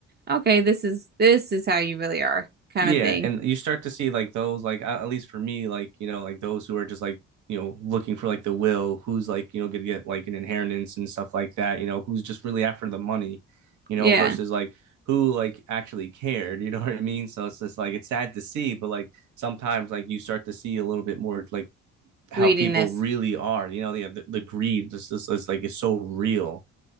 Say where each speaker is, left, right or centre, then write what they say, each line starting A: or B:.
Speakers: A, on the right (about 35°); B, on the right (about 75°).
A: okay, this is this is how you really are kind
B: Yeah,
A: of thing.
B: and you start to see like those like at at least for me like you know like those who are just like you know looking for like the will who's like you know gonna get like an inheritance and stuff like that you know who's just really after the money you
A: Yeah,
B: know versus like who like actually cared <laughs> you know what I mean so it's just like it's sad to see but like sometimes like you start to see a little bit more like how
A: greediness.
B: people really are you know yeah, the the greed just is, is like it's so real